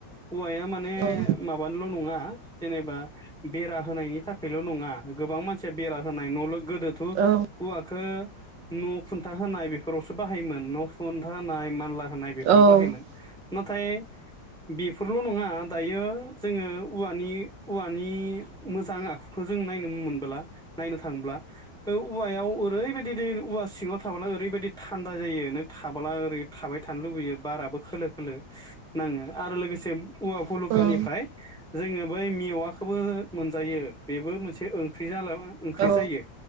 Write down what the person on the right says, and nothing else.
औ
औ
औ
औ औ
औ